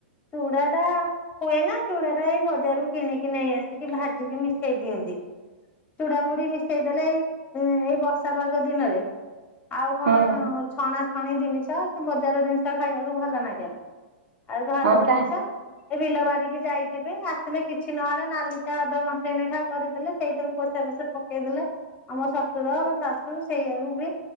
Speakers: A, on the left (about 20°); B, on the right (about 80°).
A: ଚୁଡ଼ଦା ହୁଏ ନା ଚୁଡା ଟା ଏଇ ବଜାରରୁ କିଣିକି ନେଇ ଆସିକି ଭାଜିକି ମିଶେଇ ଦିଅନ୍ତି। ଚୁଡ଼ାମୁଡି ମିଶେଇ ଦେଲେ ଏଇ ଏଇ ବର୍ଷା ପାଗ ଦିନରେ ଆଉ କଣ
B: ହଁ
A: ଛଣାଛଣି ଜିନିଷ ସେ ବଜାର ଜିନିଷ ଖାଇବାକୁ ଭଲ ଲାଗେ ନା ଆଉ ଘର
B: ହଁ
A: ଜିନିଷ
B: ତା
A: ଏ ବିଲ ବାଡିକି ଯାଇଥିବେ ଆସିଲେ କିଛି ନହେଲେ ନାଲି ଚା ଅଧ ଘଂସେଇ ନେଖା କରିଦେଲେ ସେଇଠାରୁ ପୋଷା ପଷେ ପକେଇଦେଲେ ଆମ ଶ୍ୱଶୁର ଆମ ଶାଶୁ ସେଇଆକୁ ବି